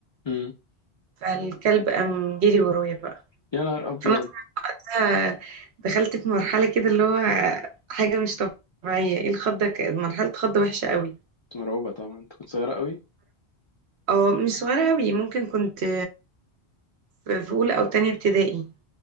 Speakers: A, on the left; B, on the right.
A: امم
B: فالكلب قام جري ورايا بقى
A: يا نهار ابيض
B: فانا بقى دخلت في مرحله كده اللي هو حاجه مش طبيعيه ايه الخضه ك- مرحله خضه وحشه قوي
A: مرعوبه طبعا انت كنت صغيره قوي
B: اه مش صغيره قوي ممكن كنت في في اولى او تانية ابتدائي